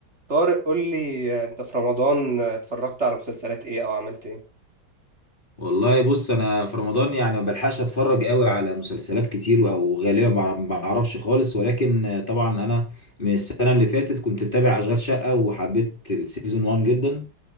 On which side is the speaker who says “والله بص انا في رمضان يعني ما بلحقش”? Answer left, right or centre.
Left